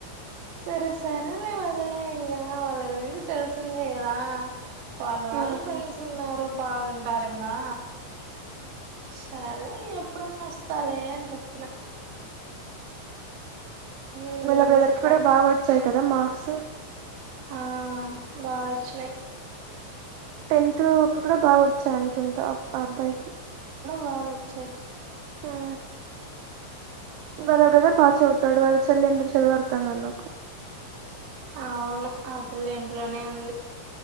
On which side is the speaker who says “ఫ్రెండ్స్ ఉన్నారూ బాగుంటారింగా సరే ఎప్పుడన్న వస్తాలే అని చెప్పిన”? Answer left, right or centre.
Right